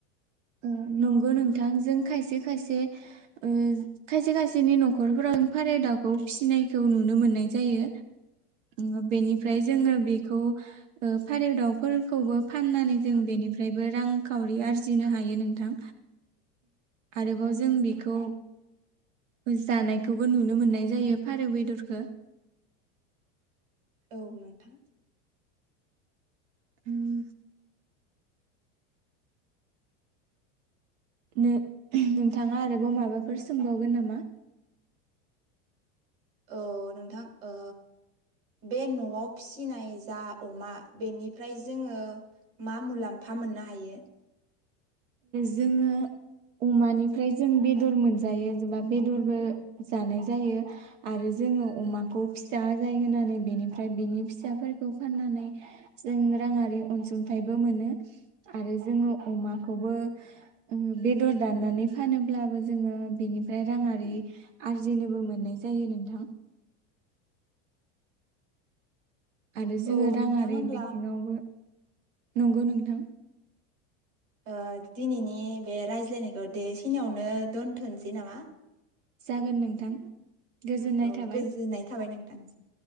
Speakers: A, on the right (about 80°); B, on the right (about 35°).
A: ओ नंगौ नोंथां जों खायसे खायसे ओ खायसे खायसेनि नखरफोराव फारेव दाउखौ फिसिनायखौ नुनो मोननाय जायो बेनिफ्राय जोङो बेखौ ओ फारौ दाउफोरखौबो फाननानै जों बेनिफ्रायबो रांखावरि आरजिनो हा यो नोंथां आरोबाव जों बेखौ जानायखौबो नुनो मोननाय जायो फारौ बेदरखो
B: औ नोंथां
A: उम नो-नोंथाङा आरोबाव माबाफोर सोंबावगोन नामा
B: औ नोंथां ओ बे न'आव फिसिनाय जा अमा बेनिफ्राय जोङो मा मुलाम्फा मोननो हायो
A: जोङो अमानिफ्राय जों बेदर मोनजायो एबा बेदरबो जानाय जायो आरो जोङो अमाखौ फिसा आजाय होनानै बेनिफ्राय बेनि फिसाफोरखौ फाननानै जों राङारि अनसुंथाइबो मोनो आरो जोङो अमा खौबो उम बेदर दाननानै फानोब्लाबो जोङो बेनिफ्राय राङारि आरजिनोबो मोननाय जायो नोंथां आरो जोङो
B: औ
A: राङारि
B: नोंथां होमब्ला
A: बिथिङावबो नंगौ नोंथां
B: ओ दिनैनि बे रायज्लायनायखौ दे खिनियावनो दोन्थनोसै नामा
A: जागोन नोंथां गोजोननाय
B: औ
A: थाबाय
B: गोजोननाय थाबाय नों सिम